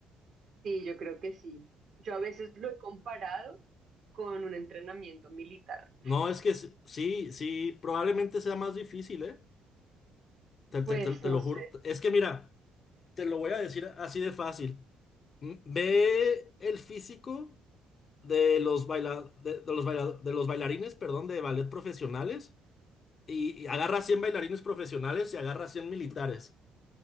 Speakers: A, on the right; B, on the left.
A: Sí, yo creo que sí. Yo a veces lo he comparado con un entrenamiento militar.
B: No, es que sí, sí, sí, probablemente sea más difícil, ¿eh? Te, te-
A: Pues
B: te- te
A: no
B: lo juro.
A: sé.
B: Es que mira, te lo voy a decir así de fácil. M- Ve el físico de los baila- de, de los baila- de los bailarines, perdón, de ballet profesionales y, y agarra 100 bailarines profesionales y agarra 100 militares.